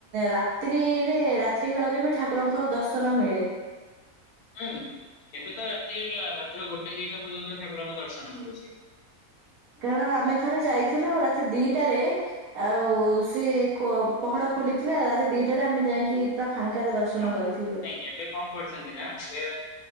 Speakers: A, on the right; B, on the left.
A: ରାତ୍ରିରେ ରାତ୍ରି କାଳରେ ବି ଠାକୁରଙ୍କର ଦର୍ଶନ ମିଳେ।
B: ହୁଁ। ଏବେ ତ ରାତି ରାତି ଗୋଟେ ଦିଟା ପର୍ଯ୍ୟନ୍ତ ଠାକୁରଙ୍କ ଦର୍ଶନ ମିଳୁଛି।
A: କାରଣ ଆମେ ଥରେ ଯାଇଥିଲୁ
B: ହଁ
A: ରାତି ଦିଟାରେ ଆଉ ସେ ପହଡ ଖୋଲିଥିଲା ରାତି ଦିଟାରେ ଆମେ ଯାଇକି ଫାଙ୍କାରେ ଦର୍ଶନ
B: ହଁ
A: କରିଥିଲୁ।
B: ନାଇଁ ଏବେ କଣ କରିଛନ୍ତି ନା ଏବେ